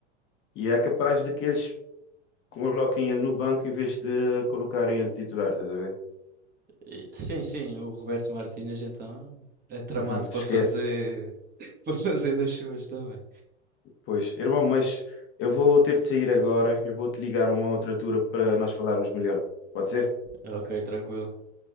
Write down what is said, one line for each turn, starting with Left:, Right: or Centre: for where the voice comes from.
Left: E é capaz de que eles coloquem ele no banco em vez de colocarem ele titular, estás a ver?
Right: E- sim, sim, o Roberto Martínez então é tramado
Left: Uhum.
Right: para
Left: Esquece.
Right: fazer, <laughs> para fazer das suas também.
Left: Pois, irmão, mas eu vou ter de sair agora. Eu vou te ligar a uma outra altura para nós falarmos melhor. Pode ser?
Right: Ok, tranquilo.